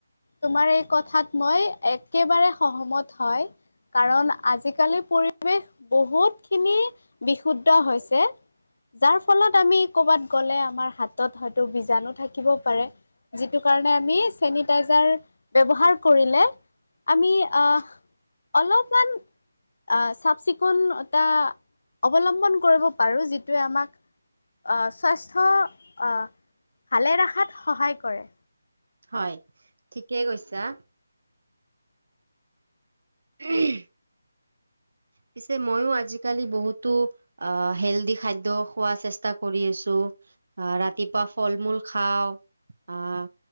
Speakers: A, on the left; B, on the right.
A: তোমাৰ এই কথাত মই একেবাৰে সহমত হয়। কাৰণ আজিকালি পৰিৱেশ বহুত খিনি বিশুদ্ধ হৈছে যাৰ ফলত আমি কৰবাত গলে আমাৰ হাতত হয়তো বীজাণু থাকিব পাৰে যিটো কাৰণে আমি চেনিটাইজাৰ ব্যৱহাৰ কৰিলে আমি আ অলপমান আ চাফ-চিকুণতা অৱলম্বন কৰিব পাৰোঁ যিটোৱে আমাক আ স্বাস্থ্য আ ভালে ৰখাত সহায় কৰে।
B: হয় ঠিকে কৈছা ঊম পিছে মইয়ো আজিকালি বহুতো আহ হেল্ডি খাদ্য খোৱা চেষ্টা কৰি আছো। আ ৰাতিপুৱা ফল-মূল খাওঁ আহ